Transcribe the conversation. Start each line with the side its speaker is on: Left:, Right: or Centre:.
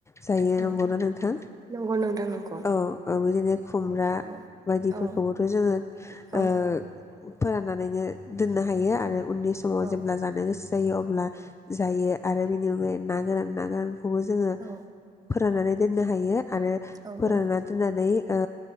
Left: जायो
Right: औ
Left: नंगौना
Right: औ
Left: नोंथां
Right: नंगौ नोंथां नंगौ
Left: औ औ बिदिनो खुमब्रा
Right: औ
Left: बायदिफोरखौबोथ'
Right: औ
Left: जोङो
Right: औ
Left: ओ फोराननानैनो दोननो हायो आरो उननि समाव
Right: औ
Left: जेब्ला जानो गोसो जायो अब्ला जायो आरो बेनि अनगायै ना गोरान नाथाय खौबो जोङो
Right: औ
Left: फोराननानै दोननो हायो आरो
Right: औ
Left: फोरानना
Right: औ
Left: दोननानै ओ